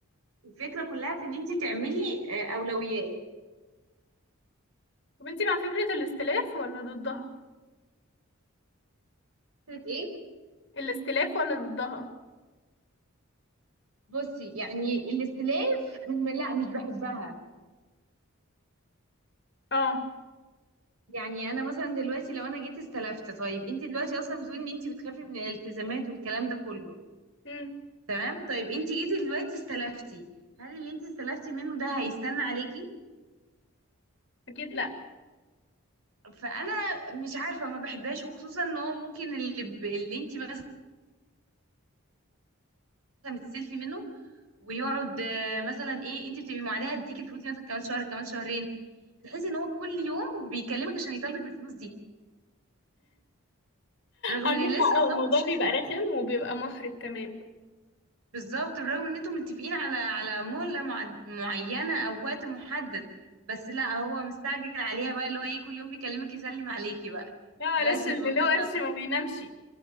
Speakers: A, on the right; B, on the left.
A: الفكرة كلها في ان انت تعملي آه، اولويات
B: طب انتي مع فكرة الاستلاف ولا ضدها
A: فكرة ايه
B: الاستلاف ولا ضدها
A: بصي يعني الاستلاف م- لا مش بحبها
B: اه
A: يعني انا مثلا دلوقتي لو انا جيت استلفت طيب انت دلوقتي اصلا بتقولي ان انت بتخافي من الالتزامات والكلام ده كله
B: امم
A: تمام طيب انت جيتي دلوقتي استلفتي هل اللي انت استلفتي منه ده هيستنى عليكي
B: اكيد لا
A: فانا مش عارفه ما بحبهاش وخصوصا ان هو ممكن اللي ب... اللي انت مثلا بتستلفي منه ويقعد آه، مثلا ايه انت بتبقي معادها هديك الفلوس دي مثلا كمان شهر كمان شهرين بتحسي ان هو كل يوم بيكلمك عشان يطالبك بالفلوس دي رغم
B: عندك
A: ان
B: حق
A: لسه قدامك
B: هو الموضوع بيبقى رخم وبيبقى محرج كمان
A: بالظبط بالرغم ان انتم متفقين على على مهلة مع- معينة او وقت محدد بس لا هو مستعجل عليها بقى اللي هو ايه كل يوم بيكلمك يسلم عليكي بقى
B: لا معلش
A: دلوقتي
B: اللي
A: ببقى
B: له
A: مستغربة.
B: قرش ما بينامش